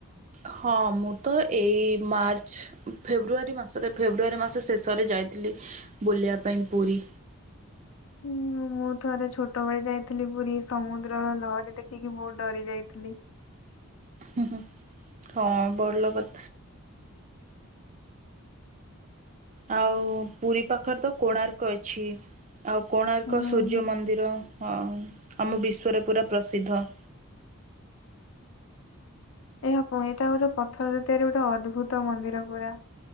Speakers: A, on the right; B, on the left.
A: ହଁ ମୁଁ ତ ଏଇ ମାର୍ଚ୍ଚ ଫେବୃଆରୀ ମାସରେ ଫେବୃଆରୀ ମାସ ଶେଷରେ ଯାଇଥିଲି। ବୁଲିବା ପାଇଁ ପୁରୀ।
B: ହୁଁ ମୁଁ ଥରେ ଛୋଟ ବେଳେ ଯାଇଥିଲି ପୁରୀ ସମୁଦ୍ରର ଲହଡି ଦେଖିକି ବହୁତ ଡରି ଯାଇଥିଲି।
A: ହୁଁ ହୁଁ ହଁ ବଲ କ ଆଉ ପୁରୀ ପାଖରେ ତ କୋଣାର୍କ ଅଛି। ଆଉ କୋଣାର୍କ
B: ହୁଁ।
A: ସୂର୍ଯ୍ୟ ମନ୍ଦିର। ହଁ ଆମ ବିଶ୍ୱରେ ପୁରା ପ୍ରସିଦ୍ଧ।
B: ଏହା ପୁଏତ ଗୋଟେ ପଥରରେ ତିଆରି ଗୋଟେ ଅଦ୍ଭୁତ ମନ୍ଦିର ପୁରା।